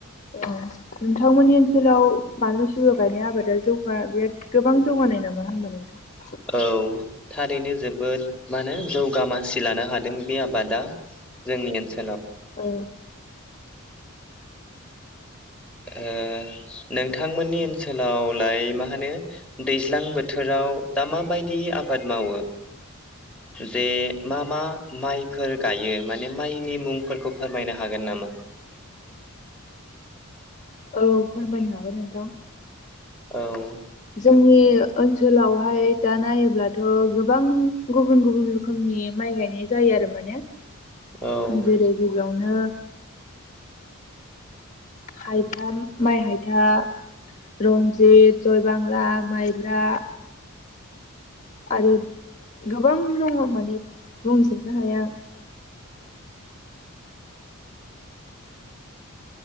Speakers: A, on the left; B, in the centre.
A: औ नोंथांमोनि ओन जोलाव बानलु सिब्रु गाइनाय‌ ख बा बिराद गोबां जौगानाय नामा होमबा नोंथाङा?
B: औ थारैनो जोबोद मा होनो जौगा मासि लानो हादों बे आबादा जोंनि ओनसो
A: औ
B: ओ नोंथांमोननि ओनसोलावलाय मा होनो दैज्लां बोथोराव दा माबायदि आबाद मावो जे मा मा माइफोर गायो माने माइनि मुंफोरखौ फोरमायनो हागोन नामा?
A: औ फोरमायनो हागोन नोंथां।
B: औ
A: जोंनि ओनसोलावहाय दा नायोब्लाथ' गोबां गुबुन गुबुन रोखोमनि माइ गायनाय जायो आरो माने।
B: औ
A: जेरै गिबियावनो हायथा माइ हायथा रनज जि जयबांला माइब्रा आरो गोबां दङ माने बुंजोबनो हाया।